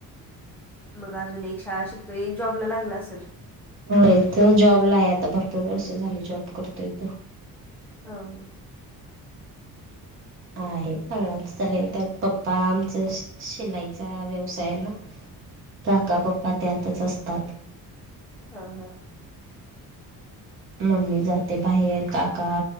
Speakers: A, in the centre; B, on the right.
A: मग अजून एक शाळा शिकतो. एक जॉबला लागला असेल.
B: हो इथ जॉबला आहे आता भरपूर वर्ष झाली जॉब करतोय तो
A: हा ह
B: आहे सगळ्यांच झालेन त्यात पप्पा आमचा शिलाईचा व्यवसाय ना
A: <unintelligible>
B: काका पप्पा त्यातच असतात
A: हा हा
B: मम्मी जाते बाहेर काका